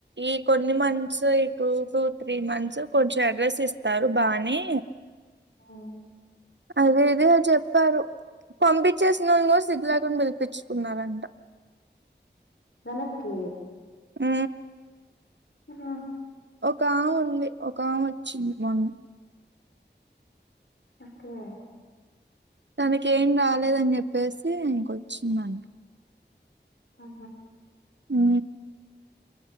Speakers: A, on the right; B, on the left.
A: ఈ కొన్ని మంత్స్ ఈ టూ టూ త్రీ మంత్స్ కొంచెం అడ్రస్ ఇస్ తారు బానే
B: ఉ
A: అదే <unintelligible> చెప్పారు పంపించేసిన వాళ్ళున్ కూడ సిగ్గు లేకుండా పిలిపించుకున్నారంట
B: వెనకే
A: ఉ
B: ఆ
A: ఒక ఆమ్ ఉంది ఒక ఆమ వచ్చింది మొన్న
B: ఒక్కే
A: తనకి ఏం కలేదని చెప్పేసి ఇంకొచ్చిందండి
B: ఆ
A: హు